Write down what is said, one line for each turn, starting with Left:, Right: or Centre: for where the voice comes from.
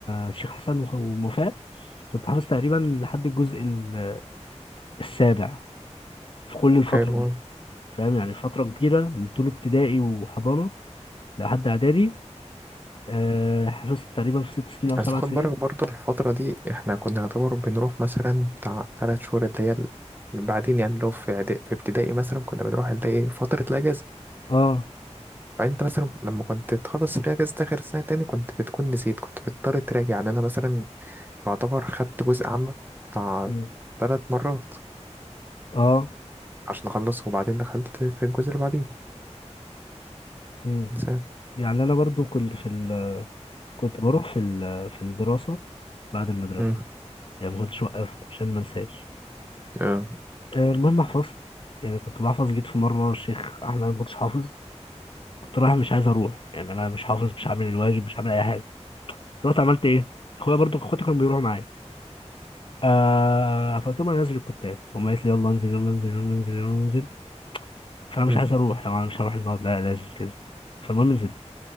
Left: الشيخ حسن وخ- ووفاء كنت حافظ تقريبا لحد الجزء ال- السابع في كل الفتره
Right: حلو
Left: دي فاهم يعني فتره كبيره من طول ابتدائي وحضانه لحد اعدادي آه حفظت تقريبا في ست سنين او
Right: بس
Left: سبع
Right: خد
Left: سنين
Right: بالك برضه الفترة دي احنا كنا نعتبر بنروح مثلا بتاع تلات شهور اللي هي ال- بعدين يعني لو في إعدا- في ابتدائي مثلا كنا بنروح اللي هي فترة الأجازة
Left: اه
Right: فأنت مثلا لما كنت تخلص الأجازة آخر سنة تاني كنت بتكون نسيت كنت بتضطر تراجع يعني أنا مثلا يعتبر خدت جزء عام بتاع
Left: مم.
Right: تلات مرات
Left: اه
Right: عشان أخلصه وبعدين دخلت في الجزء اللي بعديه
Left: مم.
Right: إنسان
Left: يعني انا برضو كنت في ال... كنت بروح في ال... في الدراسه بعد المدرسه
Right: مم.
Left: يعني ما كنتش وقفت عشان ما انساش
Right: آه.
Left: آه المهم حفظت يعني كنت بحفظ جيت في مره الشيخ احمد أنا ما كنتش حافظ كنت رايح مش عايز اروح يعني انا مش حافظ مش عامل الواجب مش عامل اي حاجه رحت عملت ايه اخويا برضو اخواتي كانوا بيروحوا معايا آه فقلت لهم انا نازل الكتاب هم قالت لي يلا انزل يلا انزل يلا انزل يلا انزل فانا مش
Right: مم.
Left: عايز اروح يعني انا مش هروح النهارده لا لازم تنزل فالمهم نزلت